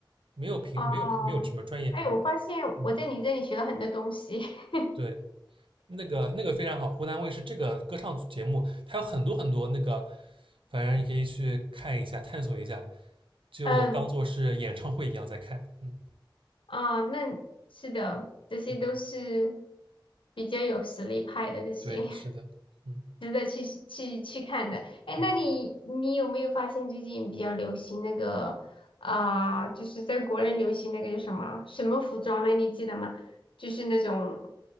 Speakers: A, on the right (about 85°); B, on the left (about 80°).
A: 没有评没有评没有什么专业评委。
B: 哦，哎，我发现我在你这里学了很多东西。
A: 嗯，
B: <laughs>
A: 对，那个那个非常好，湖南卫视这个歌唱组节目，它有很多很多那个，反正你可以去看一下，探索一下，就当做是演唱会一样在看。
B: 嗯
A: 嗯
B: 啊，那是的，这些都是
A: 嗯，
B: 比较有实力派的这些。
A: 对，
B: <laughs>
A: 是的，嗯
B: 值得去去去看的。哎，
A: 嗯。
B: 那你你有没有发现最近比较流行那个啊、就是在国内流行那个叫什么什么服装呢？你记得吗？就是那种